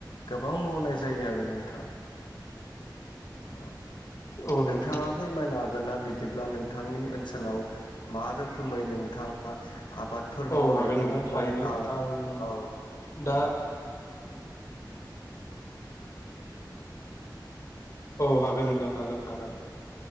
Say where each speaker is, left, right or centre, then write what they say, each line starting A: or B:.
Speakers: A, on the left; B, on the left.
A: गोबां मावनाय जायो आरो नोंथाङा। औ
B: औ नोंथां
A: नोंथाङाफोर होमबा नागोना बिदिब्ला नोंथांनि ओनसोलाव मा रोखोमै नोंथां। आ आबादफोर
B: औ
A: मावनायखौ
B: हागोन नोंथां
A: मै
B: थारैनो
A: आ आ
B: आं दा औ हागोन नोंथां हागोन हागोन